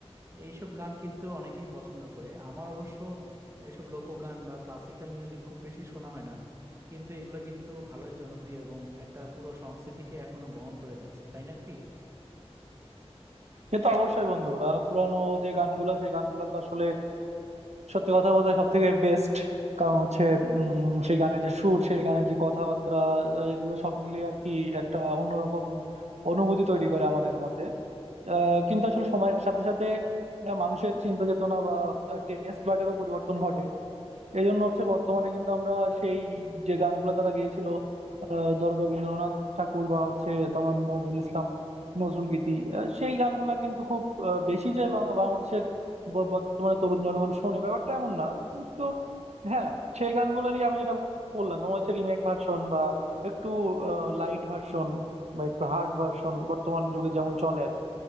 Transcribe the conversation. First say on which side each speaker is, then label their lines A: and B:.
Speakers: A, on the right; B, on the right.
A: তো এইসব গান কিন্তু অনেকেই পছন্দ করে আমার অবশ্য এইসব লোকগান বা ক্লাসিক্যাল মিউজিক খুব বেশি শোনা হয় না কিন্তু এগুলো কিন্তু ভালোই জনপ্রিয় এবং একটা পুরো সংস্কৃতিকে এখনো বহন করে যাচ্ছে তাই না কি
B: সে তো অবশ্যই বন্ধু আহ, পুরানো যে গানগুলো সেই গানগুলো তো আসলে সত্যি কথা বলতে সব থেকে বেস্ট কারণ হচ্ছে উম সেই গানের যে সুর সেই গানের যে কথাবার্তা আহ, এগুলো সব মিলিয়ে আর কি একটা অন্যরকম অনুভূতি তৈরি করে আমাদের মধ্যে আহ, কিন্তু আসলে সময়ের সাথে সাথে আহ, মানুষের চিন্তা চেতনা বা টেস্ট বাটেরও পরিবর্তন ঘটে এই জন্য হচ্ছে বর্তমানে কিন্তু আমরা সেই যে গানগুলো তারা গেয়েছিল আহ, ধরো রবীন্দ্রনাথ ঠাকুর বা হচ্ছে তোমার নজরুল ইসলাম নজরুল গীতি আহ, সেই গানগুলা কিন্তু খুব আহ, বেশি যে বাং- বাংলাদেশের ব- বর্তমানে তরুণ জনগণ শোনে ব্যাপারটা এমন না কিন্তু হ্যাঁ সেই গানগুলোরই আমি যেটা বললাম তোমার হচ্ছে রিমেক ভার্সন বা একটু লাইট ভার্সন বা একটু হার্ড ভার্সন বর্তমান যুগে যেমন চলে আর কি।